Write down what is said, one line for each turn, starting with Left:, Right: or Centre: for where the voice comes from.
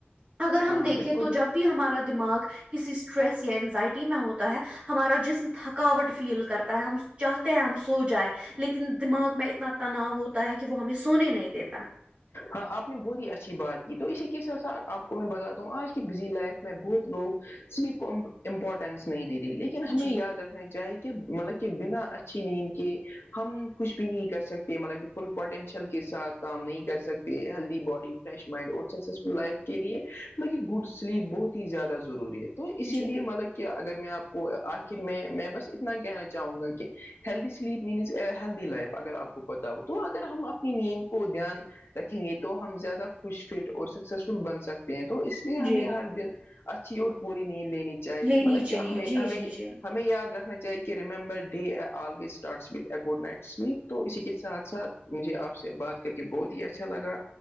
Right: اگر ہم
Left: ہاں
Right: دیکھیں
Left: بالکل
Right: تو جب بھی ہمارا دماغ کسی اسٹریس یا انزائٹی میں ہوتا ہے ہمارا جسم تھک تھکاوٹ فیل کرتا ہے ہم چاہتے ہیں ہم سو جائے لیکن دماغ میں اتنا تناؤ ہوتا ہے کہ وہ ہمیں سونے نہیں دیتا
Left: ہاں آپ نے بہت ہی اچھی بات کی تو اسی کے ساتھ ساتھ آپ کو میں بتاتا ہوں آج کی بزی لائف میں بہت لوگ سلیپ کو امپورٹینس نہیں دے رہی لیکن ہمیں
Right: جی
Left: یاد رکھ چاہی کہ مطلب کہ بنا اچھی نیند کے ہم کچھ بھی نہیں کر سکتے مطلب کہ فل پوٹینشل کے ساتھ کام نہیں کر سک ہیلدی باڈی فریش مائنڈ اور سکسیزفل لائف کے لیے بلکہ گڈ سلیپ بہت ہی زیادہ ضروری ہے تو اسی
Right: جی
Left: لیے مطلب کہ اگر میں آپ کو آخر میں میں بس اتنا کہنا چاہوں گا کہ healthy sleep means healthy life اگر آپ کو پتہ ہو تو اگر ہم اپنی نیند کو دھیان رکھیں گے تو ہم زیادہ خوش فٹ اور سکسیسفل بن سکتے ہیں تو اس لیے ہمیں
Right: جی
Left: ہر دن اچھی اور پوری نیند لینی چاہیے
Right: لینی
Left: مطلب کہ
Right: چاہیے
Left: ہمیں
Right: جی
Left: ہمیں
Right: جی جی
Left: ہمیں یاد رکھنا چاہیے remember day always starts with a good night sleep تو اسی کے ساتھ ساتھ مجھے آپ سے بات کر کے بہت ہی اچ اچھا لگا